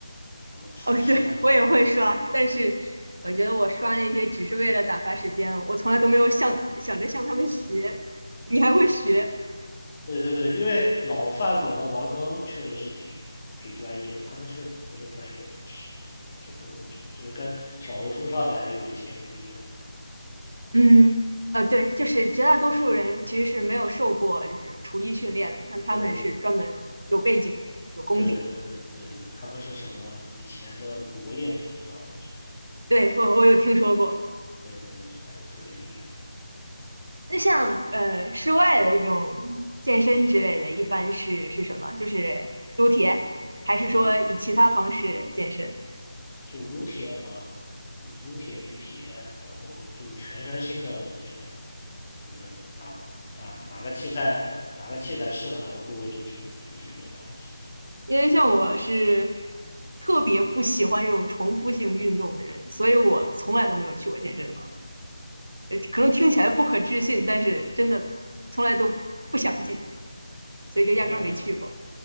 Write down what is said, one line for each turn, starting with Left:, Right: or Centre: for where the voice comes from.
Left: 什么厨师王刚。
Right: <laughs> 哦，对，我也会刷，但是我觉得我刷那些只是为了打发时间，我从来都没有向想着向他们学。你还会学？
Left: 对对对，因为老饭骨和王刚确实是挺挺专业的，他们确实是专业的厨师，这这不得不说，就是跟小红书上的还有一些不一样。
Right: 嗯，呃，对，就是绝大多数人其实是没有受过就是厨艺训练的，像他们是专门有背景的，
Left: 对对对，
Right: 有功底的
Left: 对对，他们有，对对对，他们是什么以前的国宴厨师好像是。
Right: 对，我我有听说过。
Left: 对对对，就感觉特别厉害。
Right: 那像呃室外的这种健身之类的，一般是是什么？就是撸铁，还是说以其他方式健身？
Left: 对，就撸铁嘛，撸铁、举铁，然后就全身心的健身嘛，就是哪哪哪个器材哪个器材适合哪个部位就去就去用哪个器材，
Right: 因为像我是特别不喜欢这种重复性运动的人，所以我从来都没有去过健身房。呃可能听起来不可置信，但是真的从来都不想进，所以就压根儿没去过。
Left: 没有